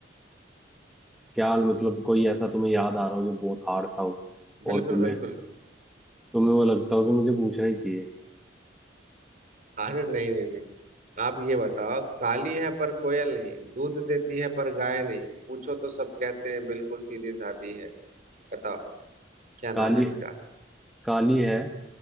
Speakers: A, in the centre; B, on the right (about 40°).
A: क्या मतलब कोई ऐसा तुम्हें याद आ रहा हो जो बहुत हार्ड सा हो
B: बिल्कुल
A: और तुम्हें
B: बिल्कुल
A: तुम्हें वो लगता हो कि मुझे पूछना ही चाहिए
B: अरे नहीं नहीं नहीं आप ये बताओ काली है पर कोयल नहीं दूध देती है पर गाय नहीं पूछो तो सब कहते हैं बिल्कुल सीधी सादी है बताओ क्या
A: काली
B: नाम है इसका
A: है काली है